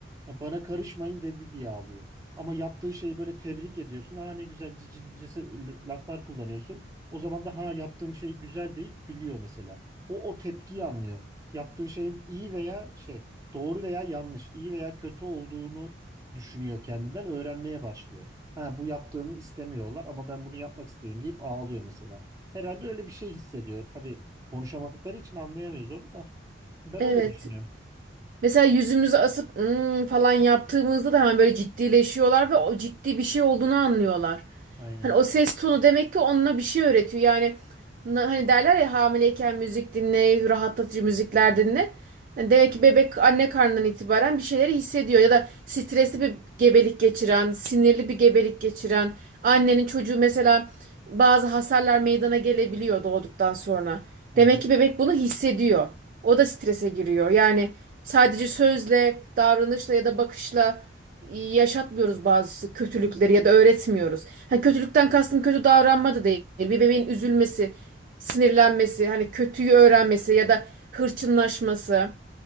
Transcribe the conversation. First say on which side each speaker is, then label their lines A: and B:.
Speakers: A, on the right (about 15°); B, on the right (about 45°).
A: Ya bana karışmayın dedi diye ağlıyor. Ama yaptığı şeyi böyle tebrik ediyorsun. Ha ne güzel cici cici se- laflar kullanıyorsun. O zaman da ha yaptığım şey güzel deyip gülüyor mesela. O o tepkiyi anlıyor. Yaptığı şeyin iyi veya şey doğru veya yanlış, iyi veya kötü olduğunu düşünüyor kendinden öğrenmeye başlıyor. Ha bu yaptığımı istemiyorlar ama ben bunu yapmak isteyeyim deyip ağlıyor mesela. Herhalde öyle bir şey hissediyor. Tabii konuşamadıkları için anlayamıyoruz onu da. Ben
B: Evet.
A: öyle düşünüyorum.
B: Mesela yüzümüzü asıp "Hmm," falan yaptığımızda da hemen böyle ciddileşiyorlar ve o ciddi bir şey olduğunu anlıyorlar.
A: Aynen.
B: Hani o ses tonu demek ki onunla bir şey öğretiyor. Yani na- hani derler ya hamileyken müzik dinle, rahatlatıcı müzikler dinle. Yani demek ki bebek anne karnından itibaren bir şeyleri hissediyor. Ya da stresli bir gebelik geçiren, sinirli bir gebelik geçiren, annenin çocuğu mesela bazı hasarlar meydana gelebiliyor doğduktan sonra.
A: Hı
B: Demek
A: hı.
B: ki bebek bunu hissediyor. O da strese giriyor. Yani sadece sözle, davranışla ya da bakışla yaşatmıyoruz bazı kötülükleri ya da öğretmiyoruz. Hani kötülükten kastım kötü davranma da değil. Bir bebeğin üzülmesi, sinirlenmesi, hani kötüyü öğrenmesi ya da hırçınlaşması.